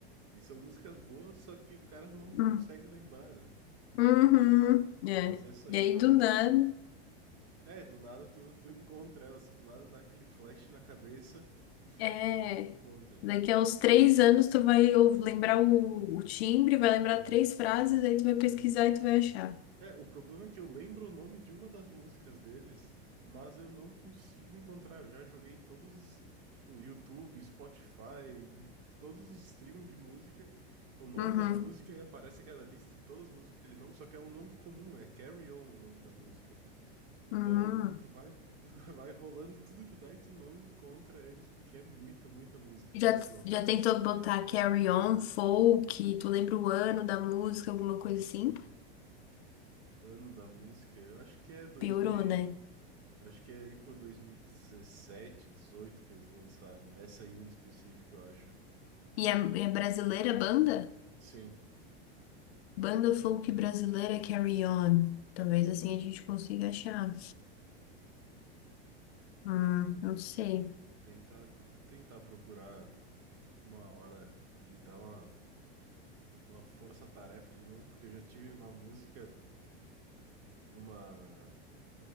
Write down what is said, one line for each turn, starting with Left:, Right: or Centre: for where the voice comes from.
Right: E são músicas boas, só que o cara não
Left: Hum.
Right: consegue lembrar, né?
Left: Uhum. É.
Right: Mas essa
Left: E
Right: aí
Left: aí,
Right: da,
Left: do nada,
Right: É, do nada tu, tu encontra ela, assim, do nada dá aquele flash na cabeça
Left: é.
Right: e tu encontra, né?
Left: Daqui a uns três anos, tu vai ou- lembrar o, o timbre, vai lembrar
Right: Hum.
Left: três frases, aí tu vai pesquisar
Right: É.
Left: e tu vai achar.
Right: É, o problema é que eu lembro o nome de uma das músicas deles, mas eu não consigo encontrar. Eu já joguei em todos, os, tipo, YouTube, Spotify, em todos os streaming de música, o nome
Left: Uhum.
Right: da música e aparece aquela lista de todas as músicas, aquele nome, só que é um nome comum, é Carry On o nome da música. Então
Left: Uhum.
Right: tu vai, <laughs> tu vai rolando tudo que dá e tu não encontra eles porque é muita, muita música
Left: Já,
Right: com esse nome.
Left: já tentou botar Carry On, Folk, tu lembra o ano da música, alguma coisa assim?
Right: Hum, ano da música, eu acho que é dois
Left: Piorou,
Right: mil
Left: né?
Right: acho que é aí por 2017 18 que eles lançaram. Essa aí em específico, eu acho.
Left: E é, é brasileira a banda?
Right: Sim,
Left: Banda folk brasileira Carry On. Talvez assim a gente consiga achar. Hum, não sei.
Right: vou tentar, vou tentar procurar uma hora ali dar uma, uma força-tarefa de novo, porque eu já tive uma música de uma,